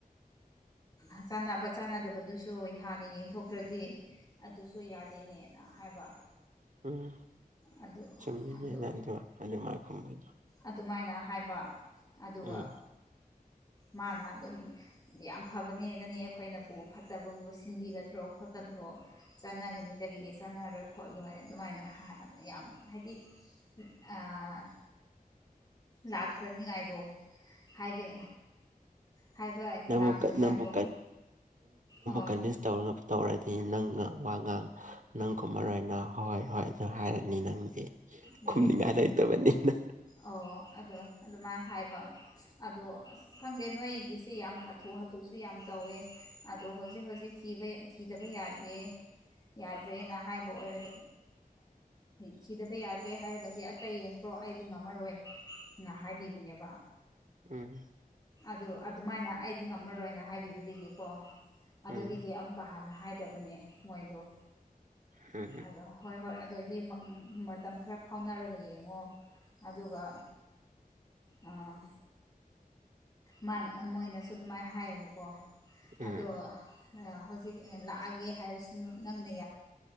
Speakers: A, on the left; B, on the right.
A: ꯎ ꯆꯥꯟꯅꯕ ꯆꯥꯟꯅꯗꯕꯗꯨꯁꯨ ꯍꯥꯟꯅ ꯌꯦꯡꯊꯣꯛꯇ꯭ꯔꯗꯤ ꯑꯗꯨꯁꯨ ꯌꯥꯗꯦꯅꯦꯅ ꯍꯥꯏꯕ
B: ꯎꯝ
A: ꯑꯗꯨ
B: ꯆꯨꯝꯃꯤꯅꯤꯅꯗꯣ
A: ꯑꯗꯨ
B: ꯑꯗꯨꯃꯥꯏ ꯈꯨꯝꯕꯗꯣ
A: ꯑꯗꯨꯃꯥꯏꯅ ꯍꯥꯏꯕ ꯑꯗꯨꯒ
B: ꯎꯝ
A: ꯃꯥꯅ ꯑꯗꯨꯝ ꯌꯥꯝ ꯐꯕꯅꯦꯅꯅꯦ ꯑꯩꯈꯣꯏꯅꯕꯨ ꯐꯠꯇꯕꯕꯨ ꯁꯤꯟꯕꯤꯒꯗ꯭ꯔꯣ ꯈꯣꯠꯀꯗ꯭ꯔꯣ ꯆꯥꯟꯅꯒꯅꯤ ꯀꯔꯤꯒꯤ ꯆꯥꯟꯅꯔꯣꯏ ꯈꯣꯠꯂꯣꯏ ꯑꯗꯨꯃꯥꯏꯅ ꯌꯥꯝ ꯍꯥꯏꯗꯤ ꯑ ꯂꯥꯛꯈ꯭ꯔꯅꯤꯉꯥꯏꯗꯣ ꯍꯥꯏꯕ ꯍꯥꯏꯕ ꯂꯥꯛꯈ꯭ꯔꯅꯤꯉꯥꯏꯗꯣ
B: ꯕꯨ ꯀꯟꯚꯕꯨ
A: ꯑꯣ
B: ꯀꯟꯚ ꯇꯧ ꯇꯧꯔꯗꯤ ꯅꯪ ꯋꯥ ꯉꯥꯡ ꯅꯪ ꯀꯨꯝ ꯃꯔꯔꯣꯏ ꯑꯣꯏꯅ ꯍꯣꯏ ꯍꯣꯏ ꯑꯗꯨ ꯍꯥꯏꯔꯅꯤ ꯅꯪ ꯑꯦ
A: ꯎꯝ
B: ꯈꯨꯝꯅꯤꯡꯉꯥꯏ ꯂꯩꯇꯕꯅꯤꯅ
A: ꯑꯣ ꯑꯗꯣ ꯑꯗꯨꯃꯥꯏꯅ ꯍꯥꯏꯕ ꯑꯗꯣ ꯑ ꯈꯪꯗꯦ ꯅꯣꯏꯒꯤꯁꯤꯦ ꯌꯥꯝ ꯍꯥꯊꯨ ꯍꯥꯊꯨꯁꯨ ꯌꯥꯝ ꯇꯧꯋꯦ ꯑꯗꯣ ꯍꯧꯖꯤꯛ ꯍꯧꯖꯤꯛ ꯊꯤꯕ ꯊꯤꯗꯕ ꯌꯥꯗꯦ ꯌꯥꯗ꯭ꯔꯦꯅ ꯍꯥꯏꯕ ꯑꯣꯏꯔꯒ ꯊꯤꯗꯕ ꯌꯥꯗ꯭ꯔꯦ ꯍꯥꯏꯔꯒꯗꯤ ꯑꯇ ꯌꯦꯡꯈ꯭ꯔꯣ ꯑꯩꯗꯤ ꯉꯝꯃꯔꯣꯏ ꯉ ꯍꯥꯏꯕꯤꯕꯅꯦꯕ
B: ꯎꯝ
A: ꯑꯗꯨ ꯑꯗꯨꯃꯥꯏꯅ ꯑꯩꯗꯤ ꯉꯝꯃꯔꯣꯏꯅ ꯍꯥꯏꯕꯤꯕꯗꯒꯤꯀꯣ ꯑꯗꯨꯗꯒꯤ
B: ꯎꯝ
A: ꯑꯃꯨꯛ ꯀꯥ ꯍꯥꯟꯅ ꯍꯥꯏꯗꯕꯅꯦ ꯃꯣꯏꯗꯣ
B: ꯎꯝ
A: ꯑꯗꯣ ꯍꯣꯏ ꯍꯣꯏ ꯑꯗꯨꯑꯣꯏꯗꯤ ꯃꯇꯝ ꯈꯔ ꯐꯥꯎꯅꯔꯒ ꯌꯦꯡꯉꯣ ꯑꯗꯨꯒ ꯑꯥ ꯃꯥꯅ ꯃꯣꯏꯅꯁꯨ ꯑꯗꯨꯃꯥꯏꯅ ꯍꯥꯏꯌꯦꯕꯀꯣ
B: ꯎꯝ
A: ꯑꯗꯣ ꯍꯧꯖꯤꯛ ꯂꯥꯛꯑꯒꯦ ꯍꯥꯏꯔꯁꯨ ꯅꯪꯅ